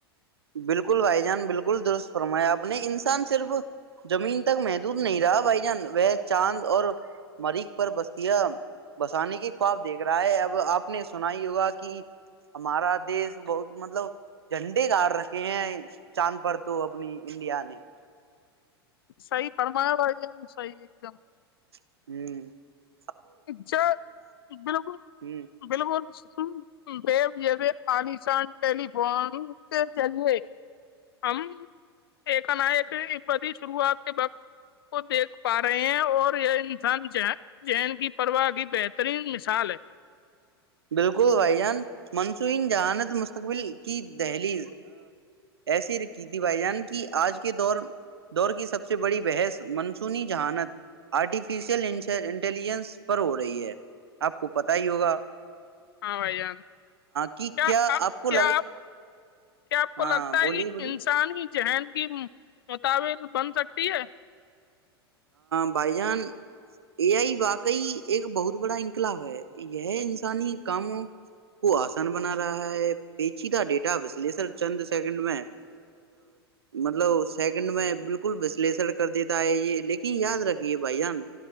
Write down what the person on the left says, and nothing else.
صحیح فرمایا بھائی صحیح ایک دم
ج بالکل
بالکل ز طالسان ٹیلیفون کے ذریعے ہم ایک ن ایک پ شروعات سے بقت کو دیکھ پا رہے ہیں اور یہ انسان ین کی پرواہ کی بہترین مثال ہے
ہاں بھائی جان کیا
کیا
آپ کیا آپ کو
لگتا
ہے کہ
انسان ہی ذہین کی متاابر بن سکتی ہے